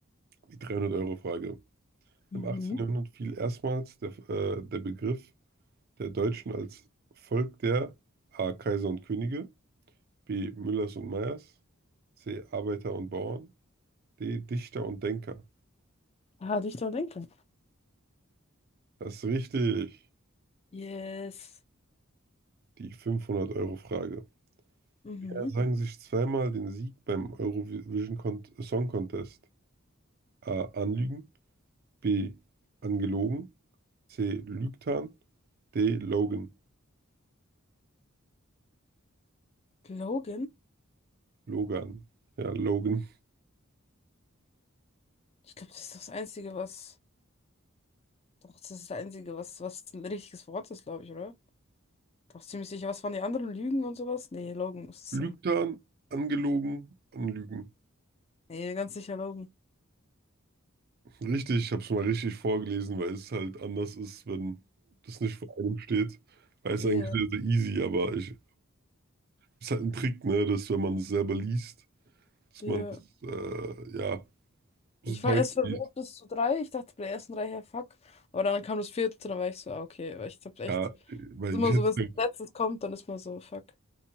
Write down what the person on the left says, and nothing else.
Mhm.
Ah, Dichter und Denker.
Yes.
Mhm.
Logan?
Ich glaube, das ist das Einzige, was. Doch, das ist das Einzige, was, was ein richtiges Wort ist, glaube ich, oder? Doch ziemlich sicher. Was waren die anderen? Lügen und sowas? Nee, Logan muss es
sein.
Nee, ganz sicher Logan.
Ja,
ja.
Ich
war erst verwirrt
bis zu drei. Ich dachte bei der ersten drei, hey, fuck. Aber dann kam das vierte, dann war ich so, ah, okay. Weil ich hab echt,
ist
immer so, wenn es
als letztes kommt, dann ist man so, fuck.